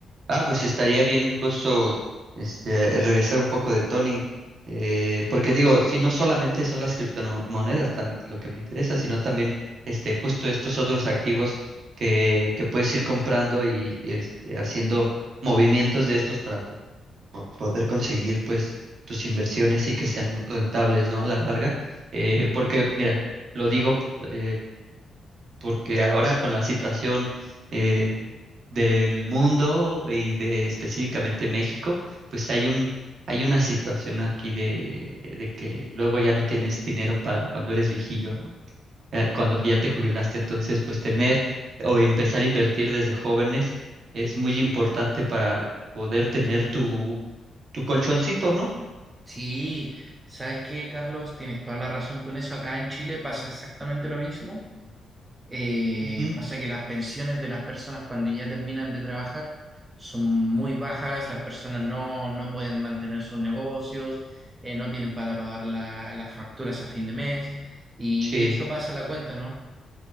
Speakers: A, on the right; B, on the right.
A: Ah, pues estaría bien justo este revisar un poco de Tony. eh, porque digo, si no solamente son las criptomonedas también lo que me interesa, sino también este, justo estos otros activos que, que puedes ir comprando y este, haciendo movimientos de estos para po- po- poder conseguir pues tus inversiones y que sean rentables, ¿no? A la larga. Eh, porque, mira, lo digo eh, porque ahora con la situación eh, del mundo y de específicamente México, pues hay un, hay una situación aquí de, de que luego ya no tienes dinero para cuando eres viejillo, ¿no? Eh, cuando ya te jubilaste, entonces pues tener o empezar a invertir desde jóvenes es muy importante para poder tener tu, tu colchoncito, ¿no?
B: Sí, ¿sabes qué, Carlos? Tienes toda la razón con eso. Acá en Chile pasa exactamente lo mismo. Eh,
A: Ujú,
B: pasa que las pensiones de las personas cuando ya terminan de trabajar son muy bajas, las personas no, no pueden mantener sus negocios, eh, no tienen para pagar la- las facturas a fin de mes y,
A: Sí.
B: eso pasa a la cuenta, ¿no?